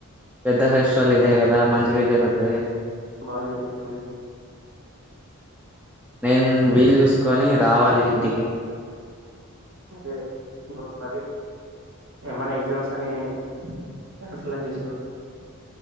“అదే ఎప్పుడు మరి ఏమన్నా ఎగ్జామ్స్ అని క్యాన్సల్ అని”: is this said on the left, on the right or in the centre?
Right